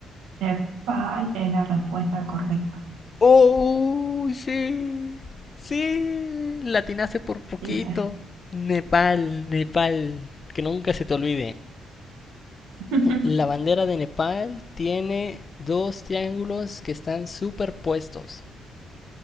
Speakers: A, on the right; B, on the left.
A: Nepal es la respuesta correcta.
B: ¡Oh! Sí. Sí. Latinaste por poquito.
A: ¿Viste?
B: Nepal, Nepal. Que nunca se te olvide.
A: <laughs>
B: La bandera de Nepal tiene dos triángulos que están superpuestos.